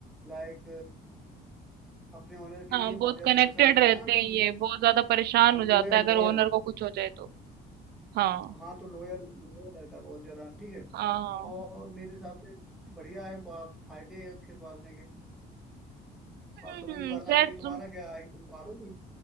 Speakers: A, in the centre; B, on the right.
A: लाइक अपने ओनर के
B: हाँ
A: लिए बहुत
B: बहुत
A: ज़्यादा
B: कनेक्टेड
A: वैसा होता
B: रहते
A: है ना कि
B: हैं ये बहुत ज्यादा परेशान हो जाता
A: लोयल
B: है अगर
A: लोयल
B: ओनर को कुछ हो जाए तो हाँ
A: हाँ तो लोयल लोयल रहता है बहुत ज़्यादा ठीक है
B: हाँ हाँ
A: और मेरे हिसाब से बढ़िया है फा- फायदे है उसके पालने के और
B: हम्म
A: तुम्हें भी पालना
B: खैर
A: चाहिए तुम्हारा
B: तुम
A: क्या है कि तुम पालोगी